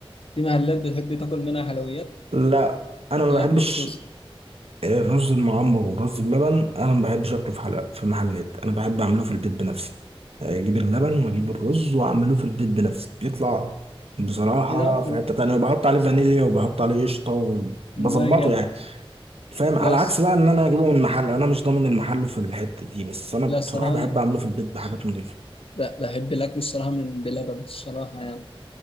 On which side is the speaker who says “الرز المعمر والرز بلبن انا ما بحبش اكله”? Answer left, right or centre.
Right